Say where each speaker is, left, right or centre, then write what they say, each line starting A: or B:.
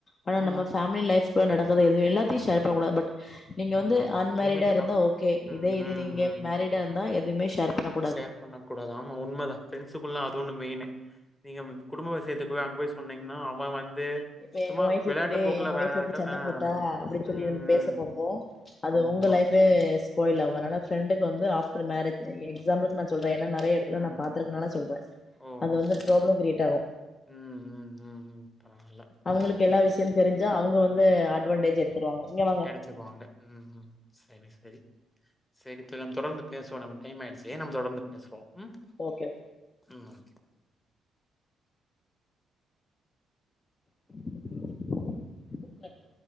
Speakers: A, on the left; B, on the left.
A: ஆனா
B: ம்.
A: நம்ம பேமிலி லைஃப் கூட நடந்தது எதுவு எல்லாத்தையு ஷேர் பண்ணக்கூடாது பட் நீங்க
B: ஆமா
A: வந்து
B: ஆமா
A: அன்மேரிடா
B: லிமிட்
A: இருந்தா
B: தான்.
A: ஓகே
B: ம்,
A: இதே இது
B: ம்,
A: நீங்க
B: ம்.
A: மேரிடா இருந்தா எதுவுமே ஷேர் பண்ணக்கூடாது
B: ஷேர் பண்ணக்க கூடாது ஆமா உண்மதா ப்ரரெண்ட்ஸுக்குல்லா அது ஒன்ன மெயினு நீங்க குடும்ப விசயத்துக்கு போய் அங்க போய் சொன்னீங்கன்னா அவ வந்து
A: இப்ப
B: சும்மா
A: எங்க ஒய்ஃப்
B: விளையாட்டு
A: எப்படி
B: போக்குல
A: எ ஒய்ப்
B: விளையாட்டு
A: எப்படி சண்ட
B: ஆ.
A: போட்டா அப்படின்னு
B: ம்,
A: சொல்லி நம்ம பேச
B: ம்.
A: பப்போ அது
B: ஆமா.
A: உங்க லைஃப் வந்து ஸ்பாயில் ஆகு ப்ரெண்டுக்கு வந்து ஆஃப்டர் மேரேஜ் <unintelligible> நம்ளுக்கு நா சொல்றே ஏன்னா நெறைய எடத்துல
B: ம்.
A: நா பாத்திருக்கனால சொல்றே
B: ஓ!
A: அது
B: ஓகே,
A: வந்து
B: ஓகே,
A: ப்ராளம்
B: ஓகே.
A: கிரியேட் ஆகு
B: ம் ம் ம் ம் தெர்ல
A: அவங்களுக்கு எல்லா விஷய தெரிஞ்சா அவங்க வந்து அட்வான்டேஜ் எடுத்துடுவாங்க இங்க வ
B: ம் போங்க ம் ம் சரி சரி சரிதோழி நம் தொடர்ந்து பேசுவோ நம்ம டைம் ஆயிடுச்சு நம் தொடர்ந்து பேசுவோ ம்
A: ஓகே
B: ம்
A: <inaudible>